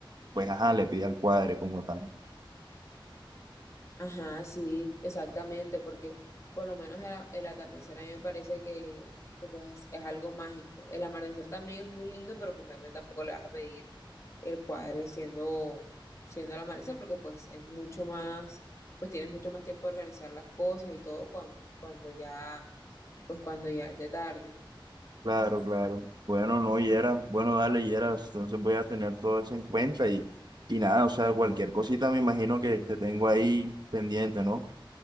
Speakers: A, on the right (about 50°); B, on the left (about 35°).
A: pues, ajá, le pide al cuadre como tal.
B: Ajá, sí, exactamente, porque por lo menos el, a- el atardecer a mí me parece que, que pues es algo mágico. El amanecer también es muy lindo, pero pues obviamente tampoco le vas a pedir. el cuadre siendo, siendo el amanecer, porque pues es mucho más, pues tienes mucho más tiempo de organizar las cosas y todo cuando, cuando ya, pues cuando ya es de tarde.
A: Claro, claro. Bueno, no, Yera. Bueno, dale, Yera. Entonces voy a tener todo eso en cuenta y, y nada, o sea, cualquier cosita me imagino que te tengo ahí pendiente, ¿no?